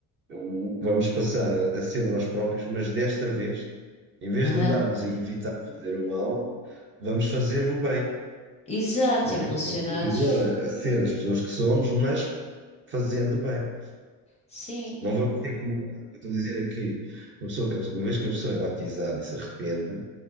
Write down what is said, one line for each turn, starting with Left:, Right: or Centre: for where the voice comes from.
Right: o- vamos passar a, a ser nós próprios, mas desta vez, em vez
Left: Aham.
Right: de andarmos a evitar fazer o mal, vamos fazer o bem
Left: Exato,
Right: não
Left: impulsionados.
Right: é? Vamos continuar a ser as pessoas que somos, mas fazendo bem.
Left: Sim.
Right: Não vamos ter que mudar. O que eu estou a dizer é que uma pessoa que- uma vez que a pessoa é batizada e se arrepende,